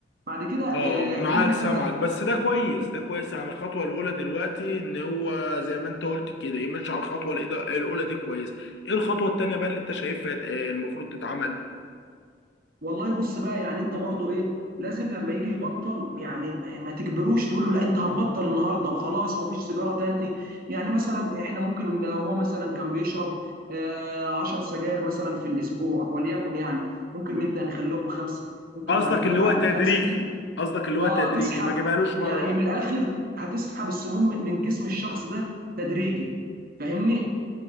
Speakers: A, on the right; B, on the left.
A: بعد كده
B: اه
A: آه
B: معاك
A: هيجي
B: سامعك
A: بقى
B: بس ده كويس ده كويس يعني الخطوه الاولى دلوقتي ان هو زي ما انت قلت كده يمشي على الخطوه الإيدا- الاولى دي كويس ايه الخطوه التانيه بقى اللي انت شايفها ت- آه، المفروض تتعمل
A: والله بص بقى يعني انت برضو ايه لازم لما يجي يبطل يعني م- ما تجبروش تقول له لا انت هتبطل النهارده وخلاص ما فيش سيجاره تاني يعني مثلا احنا ممكن لو هو مثلا كان بيشرب آه، 10 سجاير مثلا في الاسبوع وليكن يعني ممكن
B: مم.
A: نبدا نخليهم خمسه ممكن
B: قصدك
A: بعد كده
B: اللي
A: بعد
B: هو تدريجي
A: الخمسه
B: قصدك اللي هو
A: اه
B: تدريجي
A: تسحب
B: ما جبالوش مره
A: يعني
B: واحده
A: من الاخر هتسحب السموم من جسم الشخص ده تدريجي فاهمني